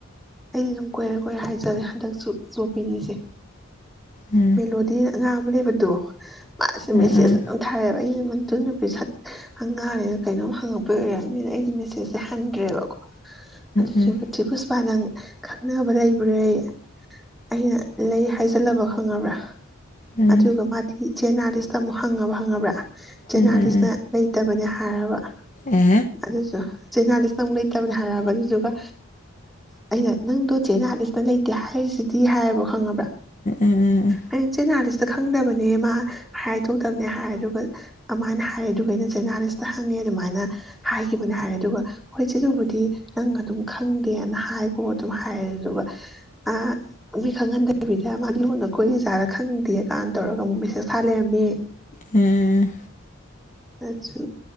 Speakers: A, in the centre; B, on the left.
A: ꯑꯩꯗꯤ ꯑꯗꯨꯝ ꯀꯣꯏꯔꯦ ꯀꯣꯏꯔꯦ ꯍꯥꯏꯖꯂꯦ ꯍꯟꯗꯛꯁꯨ ꯆꯣꯞꯄꯤꯅꯤꯏꯆꯦ꯫
B: ꯑꯥ
A: ꯃꯤ ꯂꯣꯗꯤꯅ꯫ ꯑꯉꯥꯡꯃ ꯂꯩꯕꯗꫭ꯫ ꯃꯥ
B: ꯑꯥ
A: ꯃꯦꯁꯦꯖ ꯊꯥꯏꯔꯑꯦꯕ ꯑꯩꯅ꯫ ꯃꯗꯨ ꯅꯨꯄꯤ ꯁꯛ ꯉꯅꯤꯦꯅ ꯀꯩꯅꯣꯝ ꯍꯪꯉꯛꯄꯩ ꯑꯣꯏꯔꯕꯅꯤꯅ ꯑꯩꯗꯤ ꯃꯦꯁꯦꯁꯁꯦ ꯍꯟꯗ꯭ꯔꯦꯕꯀꯣ꯫ ꯑꯗꯨꯗꯨꯒ
B: ꯑꯥ
A: ꯆꯦꯄꯨꯁꯄ ꯅꯪ꯫ ꯈꯪꯅꯕ ꯂꯩꯕ꯭ꯔꯌꯦ꯫ ꯑꯩꯅ ꯂꯩ ꯍꯥꯏꯖꯜꯂꯕ꯫ ꯈꯪꯉꯕ꯭ꯔꯥ꯫
B: ꯑꯥ
A: ꯑꯗꯨꯒ ꯃꯥꯗꯤ꯫ ꯆꯦꯅꯥꯂꯤꯁꯇ ꯑꯃꯨꯛ ꯍꯪꯉꯕ ꯍꯪꯉꯕ꯭ꯔꯥ꯫ ꯆꯦꯅꯥꯂꯤꯁꯅ
B: ꯑꯥ ꯑꯥ
A: ꯂꯩꯇꯕꯅꯦ꯫ ꯍꯥꯏꯔꯕ꯫
B: ꯑꯥ ꯑꯦ ꯑꯥ
A: ꯑꯗꯨꯗꯁꯨ꯫ ꯆꯦꯅꯥꯂꯤꯁꯅ ꯂꯩꯇꯕꯅꯦ꯫ ꯍꯥꯏꯔꯕ ꯑꯗꯨꯗꯨꯒ ꯑꯩꯅ ꯅꯪꯗꯣ ꯆꯦꯅꯥꯂꯤꯁꯅ ꯂꯩꯇꯦ ꯍꯥꯏꯔꯤꯁꯤꯗꯤ ꯍꯥꯏꯌꯦꯕ꯫ ꯈꯪꯉꯕ꯭ꯔ
B: ꯑꯥ
A: ꯑꯩꯅ ꯆꯦꯅꯥꯂꯤꯁ꯫ ꯈꯪꯗꯕꯅꯦ ꯃꯥ ꯍꯥꯏꯗꫭꯛꯇꯕꯅꯦ ꯍꯥꯏꯔꯦ ꯑꯗꯨꯒ ꯑꯗꯨꯃꯥꯏꯅ ꯍꯥꯏꯔꯦ ꯑꯗꯨꯒ ꯑꯩꯅ ꯆꯦꯅꯥꯂꯤꯁꯇ ꯍꯪꯉꯦ ꯑꯗꯨꯃꯥꯏꯅ ꯍꯥꯏꯈꯤꯕꯅꯦ ꯍꯥꯏꯔꯦ ꯑꯗꯨꯒ ꯍꯣꯏ ꯆꯦꯗꯨꯕꯨꯗꯤ꯫ ꯅꯪ ꯑꯗꯨꯝ ꯈꯪꯗꯦꯅ ꯍꯥꯏꯈꯣ ꯑꯗꯨꯝ ꯍꯥꯏꯔꯗꯨꯒ ꯑ ꯃꯤ ꯈꯪꯍꯟꯗꯕꯤꯗ ꯃꯥ ꯂꯣꯟꯅ ꯀꯣꯏ ꯏꯖꯥꯗ ꯈꯪꯗꯦ ꯀꯥꯟꯅ ꯇꯧꯔꯒ ꯑꯃꯨꯛ ꯃꯦꯁꯦꯁ ꯊꯥ ꯂꯩꯔꯝꯃꯦ꯫
B: ꯎꯝ꯫
A: ꯑꯗꯨ